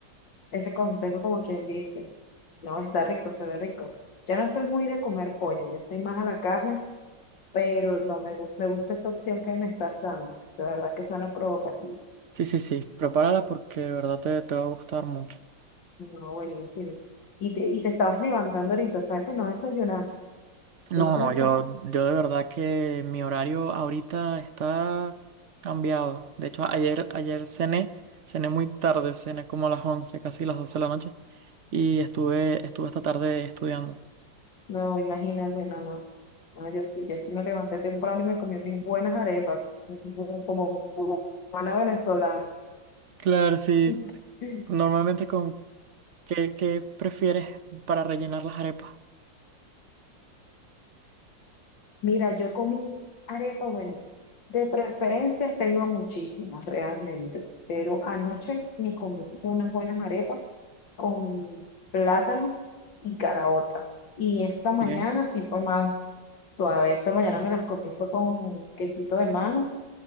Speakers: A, on the left (about 80°); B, on the right (about 50°).
A: ese consejo como quien dice. No, está rico, se ve rico. Yo no soy muy de comer pollo, yo soy más a la carne. pero no me, gu- me gusta esa opción que me estás dando. De verdad que suena provocativo.
B: Sí, sí, sí, prepárala porque de verdad te, te va a gustar mucho.
A: No, buenísimo. Y te, y te estabas levantando ahorita, o sea que no desayunaste.
B: No,
A: Yo sí
B: no, yo,
A: co-
B: yo de verdad que mi horario ahorita está cambiado. De hecho, ayer, ayer cené, cené muy tarde, cené como a las 11, casi las 12 de la noche, y estuve, estuve esta tarde estudiando.
A: No, imagínate, no, no. no yo sí, yo sí me levanté temprano y me comí mis buenas arepas, como como buena venezolana.
B: Claro, sí,
A: <laughs>
B: normalmente con ¿qué, qué prefieres para rellenar las arepas?
A: Mira, yo comí arepa, bueno, de preferencias tengo muchísimas realmente, pero anoche me comí unas buenas arepas con plátano y caraota. Y esta mañana
B: Bien.
A: sí fue más suave. Esta mañana me las comí fue con quesito de mano